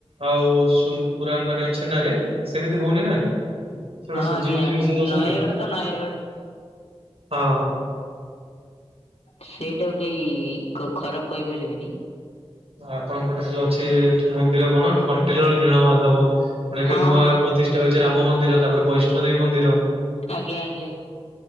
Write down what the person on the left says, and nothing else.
ହଁ
ଆଜ୍ଞା
ନୟାଗଡ ତ ନୟାଗଡ
ସେଇଟାକୁ କେହି ଖରାପ୍ କହିପାରିବେନି।
ହଁ
ହଁ
ଆଜ୍ଞା ଆଜ୍ଞା।